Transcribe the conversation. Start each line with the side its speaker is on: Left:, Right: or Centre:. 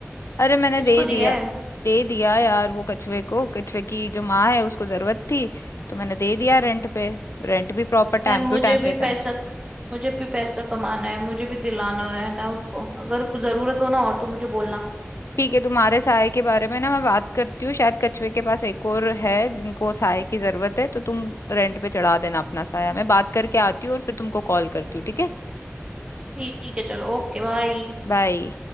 Left: अरे मैंने
Right: किसको
Left: दे दिया
Right: दिया है
Left: दे दिया यार वो कछुए को कछुए की जो माँ है उसको जरूरत थी तो मैंने दे दिया
Right: हम्म
Left: रेंट पे रेंट भी प्रॉपर टाइम
Right: यार मुझे
Left: टू टाइम
Right: भी
Left: देता
Right: पैसा
Left: है
Right: मुझे भी पैसा कमाना है मुझे भी दिलाना है ना उसको अगर कुछ जरूरत हो ना और तो मुझे बोलना
Left: ठीक है तुम्हारे साय के बारे में ना मैं बात करती हूँ शायद कछुए के पास एक और है जिनको साय की जरूरत है तो तुम रेंट पे चढ़ा देना अपना साया मैं बात करके आती हूँ और फिर तुमको कॉल करती हूँ ठीक है
Right: ठीक है चलो ओके बाय
Left: बाय